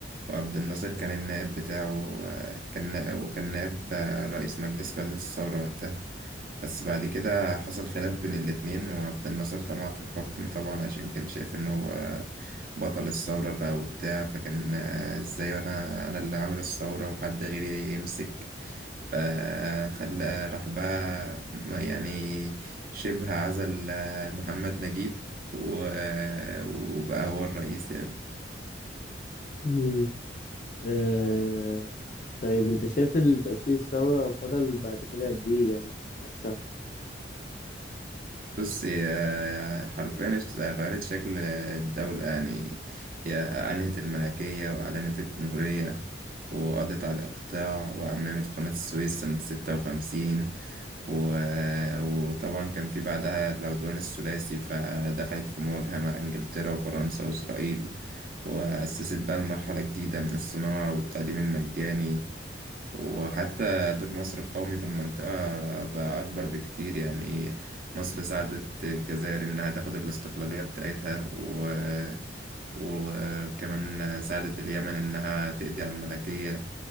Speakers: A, on the right; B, on the left.
A: وعبد الناصر كان النائب بتاعه آه، كان نائب وكان نائب آه، رئيس مجلس قيادة الثورة وقتها بس بعد كده حصل خلاف بين الاتنين وعبد الناصر طمع في الحكم طبعا عشان كان شايف ان هو بطل الثورة بقى وبتاع فكان آه، ازاي انا انا اللي عامل الثورة وحد غيري يمسك فخلى راح بقى يعني شبه عزل آه، محمد نجيب و- آه، وبقى هو الرئيس يعني
B: مم. اه طيب انت شايف التأسيس الثورة فضل بعد كده قد ايه يعني على الشعب
A: بص هي حرفيا اشت- غيرت شكل الدولة يعني هي أنهت الملكية وأعلنت الجمهورية وقضت على الإقطاع وعممت قناة السويس سنة ستة وخمسين و... وطبعا كان في بعدها العدوان الثلاثي فدخلت في مواجهة مع إنجلترا وفرنسا وإسرائيل وأسست بقى المرحلة الجديدة من الصناعة والتعليم المجاني وحتى دور مصر القومي في المنطقة بقى أكبر بكتير يعني مصر ساعدت الجزائر إنها تاخد الاستقلالية بتاعتها و... وكمان ساعدت اليمن إنها تقضي على الملكية